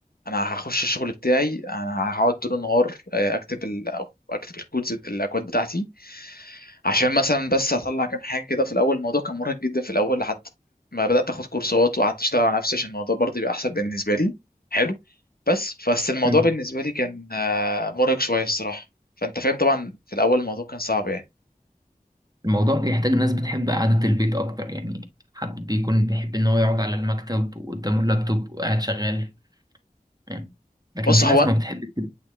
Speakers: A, on the left; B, on the right.
A: انا هخش الشغل بتاعي انا هقعد طول النهار آه، اكتب ال... أو اكتب الكودز الاكواد بتاعتي عشان مثلا بس اطلع كام حاجه كده في الاول الموضوع كان مرهق جدا في الاول لحد ما بدات اخد كورسات وقعدت اشتغل على نفسي عشان الموضوع برضه يبقى احسن بالنسبه لي حلو بس بس الموضوع
B: مم.
A: بالنسبه لي كان آه، مرهق شويه الصراحه فانت فاهم طبعا في الاول الموضوع كان صعب يعني
B: الموضوع بيحتاج ناس بتحب قعدة البيت أكتر يعني حد بيكون بيحب إن هو يقعد على المكتب وقدامه اللابتوب وقاعد شغال يعني. لكن
A: بص
B: في
A: هو
B: ناس ما بتحب كده